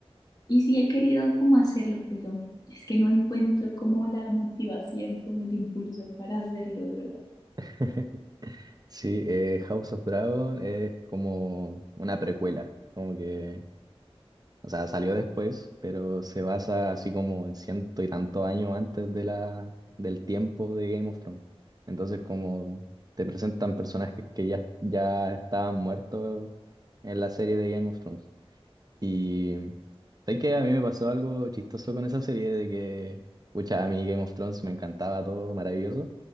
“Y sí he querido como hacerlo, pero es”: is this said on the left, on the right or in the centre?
Left